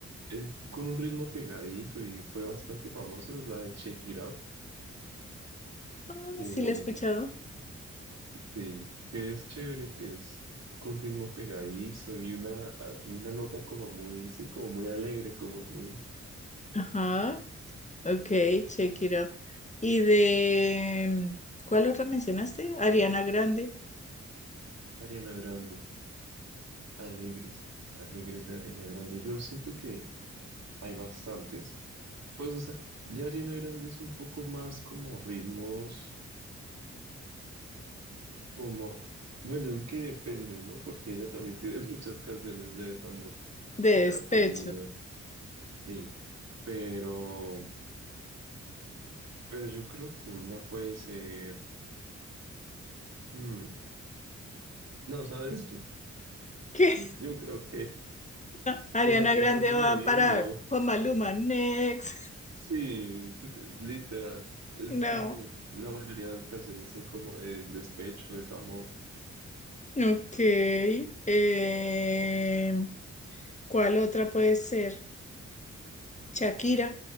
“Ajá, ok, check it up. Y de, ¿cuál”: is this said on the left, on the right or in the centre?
Left